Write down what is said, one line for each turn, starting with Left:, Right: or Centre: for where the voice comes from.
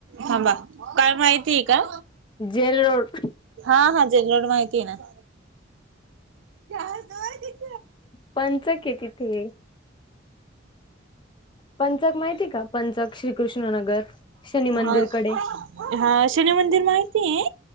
Right: हां बा काय माहितीय का
Left: जेल रोड
Right: हा हा जेड माहिती आहे ना च
Left: पंचक आहे तिथे पंचक माहिती आहे का पंचक श्रीकृष्णनगर शनी मंदिरकडे
Right: हा हा शनी मंदिर माहिती आहे